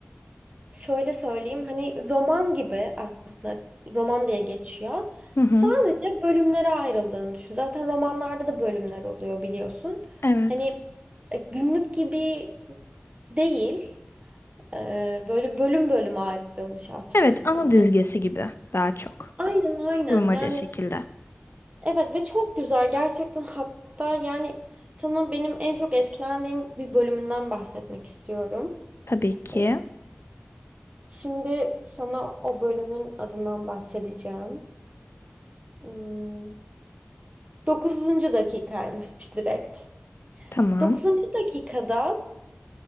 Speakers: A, on the right (about 35°); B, on the left (about 80°).
A: şöyle söyleyeyim hani roman gibi aslında roman diye geçiyor.
B: Hı hı.
A: Sadece bölümlere ayrıldığını düşün. Zaten romanlarda da bölümler oluyor biliyorsun.
B: Evet.
A: Hani e, günlük gibi değil. e, böyle bölüm bölüm ayrılmış aslında.
B: Evet, anı dizgesi
A: Hani
B: gibi daha çok.
A: aynen aynen.
B: Kurmaca
A: Yani
B: şekilde.
A: Evet ve çok güzel gerçekten hatta yani sana benim en çok etkilendiğim bir bölümünden bahsetmek istiyorum.
B: Tabii ki.
A: E, Şimdi sana o bölümün adından bahsedeceğim. Hmm, 9. dakikaymış direkt.
B: Tamam.
A: Dokuzuncu dakikada